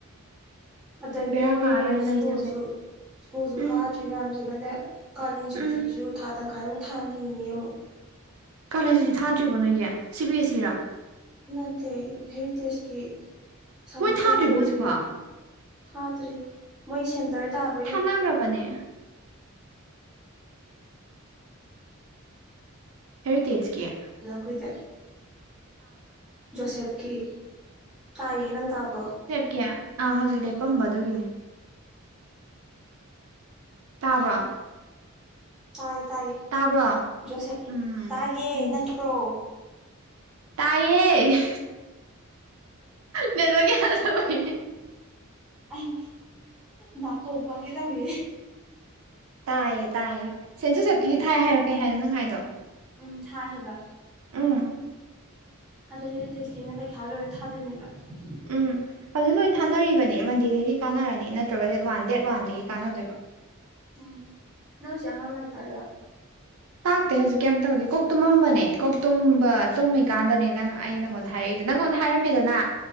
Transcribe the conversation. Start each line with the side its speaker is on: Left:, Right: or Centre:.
Centre: ꯑꯗꯒꯤ
Right: ꯕꯦꯔꯥ
Centre: ꯃꯣꯏꯒꯤ
Right: ꯀꯥꯔꯒꯅꯤ
Centre: ꯁ꯭ꯀꯨꯜꯁꯨ
Right: ꯂꯩꯔꯤꯁꯦ ꯍꯧꯖꯤꯛ
Centre: ꯁ꯭ꯀꯨꯜꯁꯨ
Right: ꯎꯝ
Centre: ꯀꯥꯗ꯭ꯔꯤ ꯃꯌꯥꯝꯁꯤꯒꯅꯦ ꯀꯥꯂꯦꯟ ꯁꯨꯇꯤꯁꯨ
Right: ꯎꯝ
Centre: ꯊꯥ ꯇꯪꯈꯥꯏꯃꯨꯛ ꯊꯥꯅꯤꯌꯦ ꯑꯃꯨꯛ
Right: ꯀꯥꯂꯦꯟꯁꯨꯗꯤ ꯊꯥꯗ꯭ꯔꯤꯕ ꯅꯣꯏꯒꯤ ꯁꯤ ꯕꯤ ꯑꯦꯁꯤ ꯔꯥ
Centre: ꯅꯠꯇꯦ ꯍꯦꯔꯤꯇꯦꯖꯀꯤ ꯁꯃꯔ
Right: ꯃꯣꯏ ꯊꯥꯗ꯭ꯔꯤꯕꯣ
Centre: ꯀꯩꯝ ꯇꯧꯅꯤꯡꯉꯤ
Right: ꯍꯧꯖꯤꯛꯐꯥꯎ
Centre: ꯊꯥꯗ꯭ꯔꯔꯤ ꯃꯣꯏ ꯁꯦꯟꯇꯔ ꯇꯥꯕꯒꯤ
Right: ꯊꯒ꯭ꯔꯥꯕꯅꯦ ꯍꯦꯔꯤꯇꯦꯖꯀꯤꯌꯥ
Centre: ꯂꯥꯈꯣꯏꯗ ꯖꯣꯁꯦꯞꯀꯤ ꯇꯥꯏꯌꯦ ꯅꯪ ꯇꯥꯕ꯭ꯔꯣ
Right: ꯀꯌꯥ ꯑꯥ ꯍꯧꯖꯤꯛ ꯂꯦꯞꯄꯝꯕ ꯑꯗꯨꯒꯤꯅꯦ ꯇꯥꯕ
Centre: ꯇꯥꯏ ꯇꯥꯏ
Right: ꯇꯥꯕ꯭ꯔꯣ
Centre: ꯖꯣꯁꯦꯐ
Right: ꯎꯝ
Centre: ꯇꯥꯏꯥꯒꯦ
Right: ꯎꯝ
Centre: ꯅꯪꯄ꯭ꯔꯣ
Right: ꯇꯥꯏꯌꯦ ꯅꯦꯠ ꯂꯣꯏꯒꯤ
Centre: ꯑꯩ
Right: ꯌꯥꯗꯕꯩꯅꯦ
Centre: ꯑꯩ ꯅꯥꯀꯣꯡꯕꯪꯒꯤ ꯇꯧꯏ
Right: ꯇꯥꯏꯌꯦ ꯇꯥꯏꯌꯦ ꯁꯦꯟ ꯖꯨꯁꯦꯞꯀꯤꯗꯤ ꯊꯥꯏ ꯍꯥꯏꯔꯣꯀꯩ ꯍꯥꯏꯅꯣ ꯅꯪ ꯍꯥꯏꯗꯣ
Centre: ꯎꯝ ꯊꯥꯏ ꯍꯥꯏꯕ
Right: ꯎꯝ
Centre: ꯑꯗ ꯍꯦꯔꯤꯇꯦꯖꯀꯤꯅ ꯄꯩꯈꯥ ꯂꯣꯏꯔ ꯊꯥꯒꯕ ꯊꯅꯥ
Right: ꯎꯝ ꯍꯧꯖꯤꯛ ꯂꯣꯏ ꯊꯥꯅꯔꯤꯕꯅꯤ ꯃꯟꯗꯦꯗꯩꯗꯤ ꯀꯥꯟꯅꯔꯅꯤ ꯅꯠꯇ꯭ꯔꯒ ꯗꯦꯠ ꯋꯥꯟ ꯗꯦꯠ ꯋꯥꯟꯗꯒꯤ ꯀꯥꯟꯅꯗꯣꯏꯕ
Centre: ꯎꯝ ꯅꯪ ꯍꯨꯖꯤꯛ ꯑꯉꯥꯡ ꯂꯥꯏꯔꯤꯛ ꯇꯛꯏꯔꯥ
Right: ꯇꯥꯛꯇꯦ ꯍꯧꯖꯤꯛ ꯀꯩꯝ ꯇꯧꯗꯦ ꯀꯣꯛ ꯇꯨꯝꯃꯝꯕꯅꯦ ꯀꯣꯛ ꯇꯨꯝꯕ ꯇꯨꯝꯃꯤꯀꯥꯟꯗꯅꯦ ꯅꯪ ꯑꯩ ꯅꯪꯉꯣꯟꯗ ꯍꯥꯏꯔꯛꯏꯗꯣ ꯅꯪꯉꯣꯟꯗ ꯍꯥꯏꯔꯝꯃꯤꯗꯅ